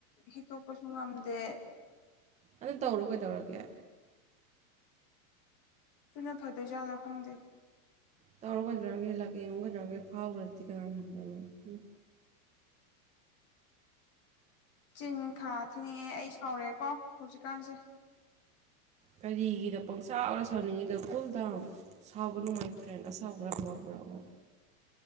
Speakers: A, on the left; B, on the right.
A: ꯍꯤꯛꯇꯣꯛꯄꯁꯨ ꯉꯝꯗꯦ
B: ꯑꯗꯨ ꯇꯧꯔꯣ ꯀꯩꯗꯧꯔꯒꯦ
A: ꯑꯗꯨꯨꯅ ꯐꯗꯣꯏꯖꯥꯠꯂꯥ ꯈꯪꯗꯦ
B: ꯇꯧꯔꯣ ꯀꯩꯗꯧꯔꯒꯦ ꯂꯛ ꯌꯦꯡꯉꯨ ꯀꯩꯗꯧꯔꯒꯦ ꯐꯥꯎꯒ꯭ꯔꯗꯤ ꯀꯅꯥꯅ <unintelligible> ꯍꯨꯝ
A: ꯆꯤꯟ ꯈꯥ ꯊꯤꯅꯤꯡꯑꯦ ꯑꯩ ꯁꯥꯎꯔꯛꯑꯦꯀꯣ ꯍꯧꯖꯤꯛꯀꯥꯟꯁꯦ
B: ꯀꯔꯤꯒꯤꯔ ꯄꯪꯁꯥꯎꯗ ꯁꯥꯎꯅꯤꯡꯉꯤꯗꯣ ꯀꯨꯜ ꯗꯥꯎꯟ ꯁꯥꯒꯅꯨ ꯃꯥꯏ ꯐ꯭ꯔꯦꯟ ꯑꯁꯥꯎꯕꯅ ꯑꯐꯕ ꯄꯨꯔꯛꯑꯣꯏ